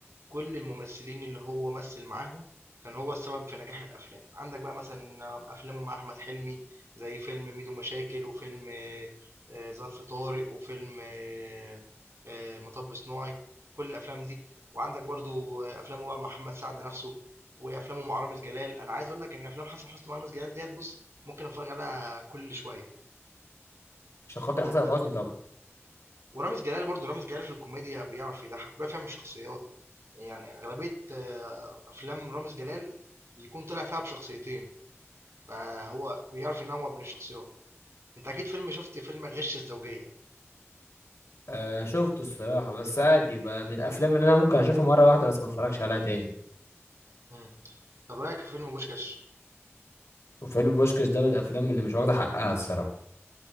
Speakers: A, on the right; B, on the left.
A: كل الممثلين اللي هو مثّل معاهم كان هو السبب في نجاح الأفلام، عندك بقى مثلًا آه، أفلامه مع أحمد حلمي زي فيلم ميدو مشاكل، وفيلم آآ ظرف طارق، وفيلم آآ مطب صناعي، كل الأفلام دي، وعندك برضه أفلامه بقى مع محمد سعد نَفْسه، وأفلامه مع رامز جلال، أنا عايز أقول لك إن أفلام حسن حسني مع رامز جلال ديّة بُص ممكن أتفرّج عليها كل شوية.
B: عشان خاطر حسن حسني طبعا
A: ورامز جلال برضه رامز جلال في الكوميديا بيعرف يضحك وبيعرف يعمل شخصيات يعني أغلبية آه، أفلام رامز جلال بيكون طلع فيها بشخصيتين فهو بيعرف ينوع بين الشخصيات أنت أكيد فيلم شفت فيلم غش الزوجية
B: آه شفته الصراحة بس عادي بقى من الأفلام اللي أنا ممكن أشوفها مرة واحدة بس ما أتفرجش عليها تاني
A: مم. طب رأيك في فيلم بوشكاش
B: وفيلم بوشكاش ده من الأفلام اللي مش واخدة حقها الصراحة